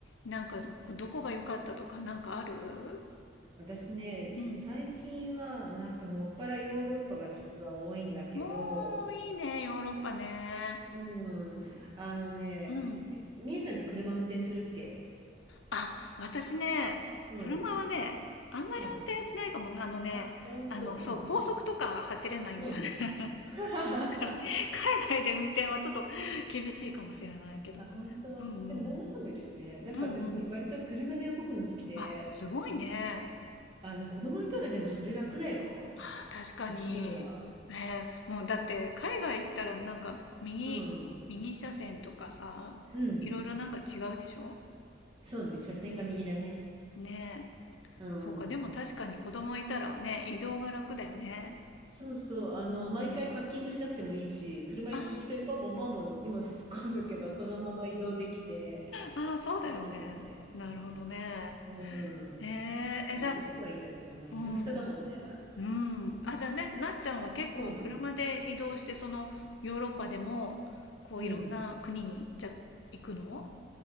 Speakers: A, on the left; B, on the right.
A: なんかどこが良かったとかなんかある
B: 私ね、
A: うん。
B: 最近はなんかもっぱらヨーロッパが実は多いんだけど、
A: おー、いいね、ヨーロッパね。
B: うん。あのね、
A: うん。
B: えみえちゃんって車運転するっけ
A: あ、私ね、
B: うん。
A: 車はね、あんまり運転しないかも。
B: うん。
A: あのね、
B: あ、ほんと。
A: あの、そう、
B: うん。
A: 高速とか走れないんだよね。
B: うん。<laughs>
A: <laughs> だから、海外で運転はちょっと厳しいかもしれないけど。
B: あ、本当。
A: うんうん
B: でも旦那さんもいるしね。なんか私に割と車で動くの好きで、
A: うん。うんうん。あ、すごいね。
B: あの子供いたらでもそれ楽だよ。
A: あー、確かに。
B: 実は。
A: ねえ、もうだって海外行ったらなんか右、
B: うん。
A: 右車線とかさ、
B: うん。
A: いろいろなんか違うでしょ
B: そうね、車線が右だね。
A: ねえ。
B: うん。
A: そうか、でも確かに子供いたらね、移動が楽だよね。
B: そうそう、あの、
A: うんうん。
B: 毎回パッキングしなくてもいいし、車に適当にポンポンポンポン荷物突っ込んどけば、
A: ああ。
B: そのまま移動できて、
A: ああ、そうだよね。
B: 楽なんだよね。
A: なるほどね。
B: うん。
A: えええ、
B: え、
A: じゃあ、
B: どこがいいだろうね。
A: うん、
B: 久々だもんね。
A: うん。あ、じゃあね、なっちゃんは結構車で移動して、
B: うん。
A: そのヨーロッパでも、こういろんな国に行っちゃ、
B: うん。
A: 行くの